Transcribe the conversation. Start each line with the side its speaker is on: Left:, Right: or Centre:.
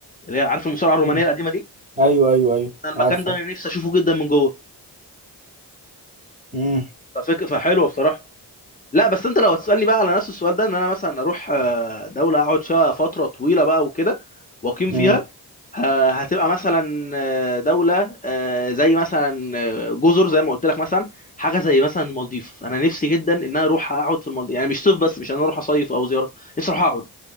Left: اللي هي عارف المصارعه الرومانيه
Right: مم.
Left: القديمه دي
Right: أيوه أيوه أيوه
Left: انا المكان
Right: عارفه
Left: ده انا نفسي اشوفه جدا من جوه
Right: مم.
Left: ففك... فحلوه بصراحه لا بس انت لو هتسالني بقى على نفس السؤال ده ان انا مثلا اروح آه، دوله اقعد فيها فتره طويله بقى وكده واقيم
Right: مم.
Left: فيها ه- هتبقى مثلا آه، دوله آه، زي مثلا آه، جزر زي ما قلت لك مثلا حاجه زي مثلا المالديف انا نفسي جدا ان انا اروح اقعد في المالديف يعني مش صيف بس مش ان انا اروح اصيف او زياره نفسي اروح اقعد